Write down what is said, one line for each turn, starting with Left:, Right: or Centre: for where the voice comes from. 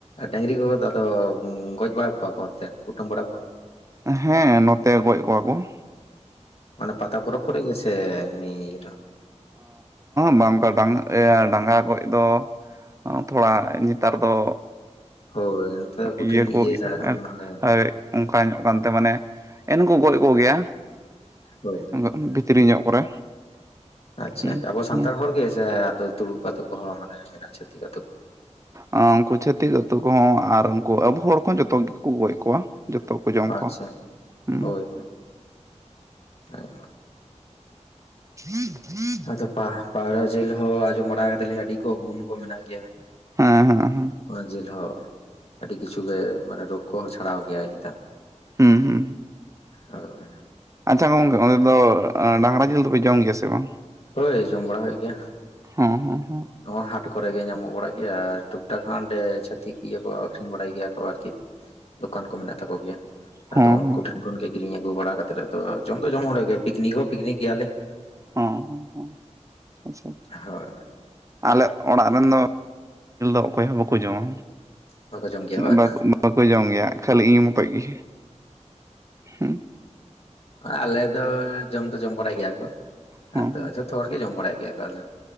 Left: ᱰᱟᱺᱝᱨᱤ ᱠᱚᱜᱮ ᱛᱚ ᱟᱫᱚ ᱜᱚᱡ ᱵᱟᱲᱟ ᱠᱚᱣᱟ ᱠᱚ ᱚᱱᱛᱮ ᱠᱩᱴᱟᱹᱢ ᱵᱟᱲᱟ ᱠᱚᱣᱟ ᱾
Right: ᱦᱮᱸ ᱱᱚᱛᱮ ᱜᱚᱡ ᱠᱚᱣᱟ ᱠᱚ ᱾
Left: ᱢᱟᱱᱮ ᱯᱟᱛᱟ ᱯᱚᱨᱚᱵ ᱠᱚᱨᱮ ᱜᱮ ᱥᱮ ᱮᱢᱱᱤ ᱤᱭᱮ ᱨᱮ
Right: ᱵᱟᱝᱠᱟ ᱰᱟᱝ ᱰᱟᱝᱺᱨᱟ ᱠᱚᱨᱮ ᱫᱚ ᱛᱷᱚᱲᱟ ᱱᱮᱛᱟᱨ ᱫᱚ
Left: ᱦᱳᱭ ᱱᱚᱛᱮ ᱫᱚ ᱠᱩᱴᱷᱤᱱ
Right: ᱤᱭᱟᱹ ᱠᱚᱜᱮ
Left: ᱥᱟᱲᱟ ᱠᱟᱱᱟ
Right: ᱦᱮᱸ
Left: ᱚᱱᱟ ᱫᱚ᱾
Right: ᱚᱱᱠᱟ ᱧᱮᱞᱚᱜ ᱠᱟᱱᱛᱮ ᱢᱟᱱᱮ ᱮᱱᱠᱩ ᱜᱚᱡ ᱠᱚᱜᱮᱭᱟ
Left: ᱦᱳᱭ
Right: ᱚᱱᱠᱟ ᱵᱷᱤᱛᱨᱤ ᱧᱚᱜ ᱠᱚᱨᱮ
Left: ᱟᱪᱪᱷᱟ
Right: ᱦᱩᱸ
Left: ᱟᱵᱚ ᱥᱟᱱᱛᱟᱲ
Right: ᱦᱩᱸ
Left: ᱦᱚᱲ ᱜᱮ ᱥᱮ ᱟᱫᱚ ᱛᱩᱲᱩᱠ ᱟᱛᱳ ᱠᱚᱦᱚᱸ ᱢᱟᱱᱮ ᱢᱮᱱᱟᱜᱼᱟ, ᱪᱷᱟᱹᱛᱤᱠ ᱟᱛᱳ ᱠᱚ᱾
Right: ᱟᱸ ᱩᱱᱠᱩ ᱪᱷᱟᱹᱛᱤᱠ ᱟᱹᱛᱩ ᱠᱚᱦᱚᱸ ᱟᱨ ᱩᱱᱠᱩ ᱟᱵᱚ ᱦᱚᱲ ᱠᱚᱦᱚᱸ ᱡᱚᱛᱚ ᱜᱮᱠᱚ ᱜᱚᱡ ᱠᱚᱣᱟ ᱡᱚᱛᱚ ᱜᱮ ᱾ ᱠᱩ ᱡᱚᱢ ᱠᱚᱣᱟ
Left: ᱟᱪᱪᱷᱟ
Right: ᱦᱩᱸ
Left: ᱦᱳᱭ ᱟᱭᱢᱟ
Right: ᱾ <unintelligible>
Left: ᱟᱫᱚ ᱯᱟᱣᱨᱟ ᱡᱷᱤᱞ ᱦᱚᱸ ᱟᱸᱡᱚᱢ ᱵᱟᱲᱟ ᱠᱟᱫᱟᱞᱤᱧ ᱟᱹᱰᱤ ᱠᱚ ᱜᱩᱱ ᱠᱚ ᱢᱮᱱᱟᱜ ᱜᱮᱭᱟ ᱾
Right: ᱦᱮᱸ ᱦᱮᱸ ᱦᱮᱸ ᱾
Left: ᱚᱱᱟ ᱡᱤᱞ ᱦᱚᱸ ᱟᱹᱰᱤ ᱠᱤᱪᱷᱩ ᱜᱮ ᱢᱟᱱᱮ ᱨᱳᱜᱽ ᱠᱚᱦᱚᱸ ᱪᱷᱟᱲᱟᱣ ᱜᱮᱭᱟᱭ ᱪᱮᱛᱟᱱ ᱾
Right: ᱦᱩᱸ ᱾
Left: ᱦᱳᱭ ᱾
Right: ᱟᱪᱪᱷᱟ ᱜᱚᱝᱠᱮ ᱚᱸᱰᱮ ᱫᱚ ᱰᱟᱺᱝᱨᱟ ᱡᱤᱞ ᱫᱚᱯᱮ ᱡᱚᱢ ᱜᱮᱭᱟ ᱥᱮ ᱵᱟᱝ?
Left: ᱦᱳᱭ ᱡᱚᱢ ᱵᱟᱲᱟ ᱦᱩᱭᱩᱜ ᱜᱮᱭᱟ ᱾
Right: ᱦᱮᱸ ᱦᱮᱸ ᱦᱮᱸ᱾
Left: ᱱᱚᱣᱟ ᱦᱟᱴ ᱠᱚᱨᱮ ᱜᱮ ᱧᱟᱢᱚᱜ ᱵᱟᱲᱟᱜ ᱜᱮᱭᱟ ᱟᱨ ᱴᱩᱠ ᱴᱟᱠ ᱠᱷᱟᱱ ᱨᱮ ᱪᱷᱟᱛᱤᱠ ᱤᱭᱟᱹ ᱠᱚ ᱟᱠᱷᱨᱤᱧ ᱵᱟᱲᱟᱭ ᱜᱮᱭᱟ ᱠᱚ ᱟᱨᱠᱤ ᱫᱚᱠᱟᱱ ᱠᱚ ᱢᱮᱱᱟᱜ ᱛᱟᱠᱚ ᱜᱮᱭᱟ ᱾
Right: ᱦᱚᱸ
Left: ᱟᱫᱚ ᱩᱱᱠᱩ
Right: ᱦᱚᱸ
Left: ᱴᱷᱮᱱ ᱠᱷᱚᱱᱜᱮ ᱠᱤᱨᱤᱧ ᱟᱹᱜᱩ ᱵᱟᱲᱟ ᱠᱟᱛᱮ ᱮᱫ ᱟᱫᱚ ᱡᱚᱢ ᱫᱚ ᱡᱚᱢ ᱦᱚᱲ ᱜᱮᱭᱟ ᱯᱤᱠᱱᱤᱠ ᱦᱚᱸ ᱯᱤᱠᱱᱤᱠ ᱜᱮᱭᱟᱞᱮ ᱾
Right: ᱦᱚᱸ ᱦᱚᱸ ᱦᱚᱸ ᱟᱪᱪᱷᱟ ᱾
Left: ᱦᱳᱭ
Right: ᱟᱞᱮ ᱚᱲᱟᱜ ᱨᱮᱱ ᱫᱚ ᱡᱤᱞ ᱫᱚ ᱚᱠᱚᱭ ᱦᱚᱸ ᱵᱟᱠᱚ ᱡᱚᱢᱟ᱾
Left: ᱵᱟᱠᱚ ᱡᱚᱢ ᱜᱮᱭᱟ ᱵᱟᱝ
Right: ᱵᱟ ᱵᱟᱠᱚ ᱡᱚᱢ ᱜᱮᱭᱟ ᱠᱷᱟᱹᱞᱤ ᱤᱧ ᱢᱚᱛᱚᱡ ᱜᱮ᱾ ᱦᱮᱸ
Left: ᱟᱞᱮ ᱫᱚ ᱡᱚᱢ ᱫᱚ ᱡᱚᱢ ᱵᱟᱲᱟᱟᱭ ᱜᱮᱭᱟ ᱠᱚ᱾
Right: ᱦᱚᱸ
Left: ᱟᱫᱚ ᱡᱷᱚᱴᱚ ᱟᱚᱲ ᱜᱮ ᱡᱚᱢ ᱵᱟᱲᱟᱭ ᱜᱮᱭᱟ ᱠᱚ᱾